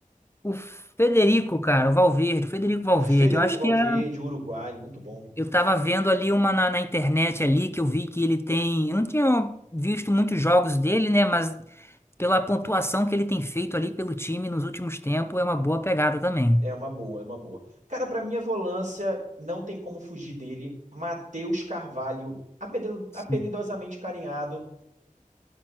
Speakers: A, on the left; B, on the right.
A: O Federico, cara, o Valverde, o Federico
B: <laughs>
A: Valverde,
B: Federico
A: eu acho
B: Valverde,
A: que é-
B: uruguaio, muito bom.
A: eu tava vendo ali uma na, na internet ali que eu vi que ele tem. Eu não tinha visto muitos jogos dele, né? Mas pela pontuação que ele tem feito ali pelo time nos últimos tempos, é uma boa pegada também.
B: É uma boa, é uma boa. Cara, pra mim a volância, não tem como fugir dele. Matheus Carvalho, apedel-
A: Sim.
B: apelidosamente carinhado